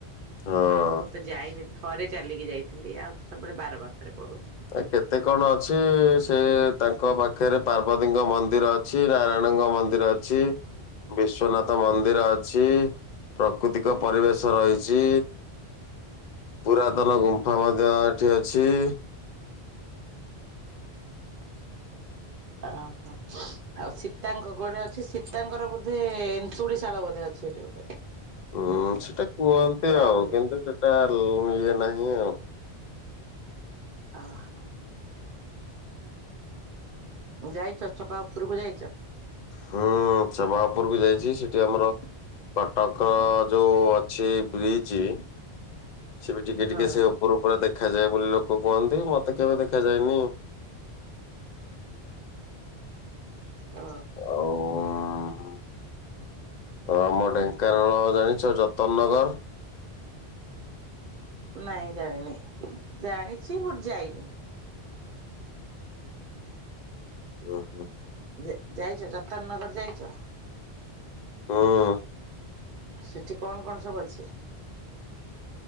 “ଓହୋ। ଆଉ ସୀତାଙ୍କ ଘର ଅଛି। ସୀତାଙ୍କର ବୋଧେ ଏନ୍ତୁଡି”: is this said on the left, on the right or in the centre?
Right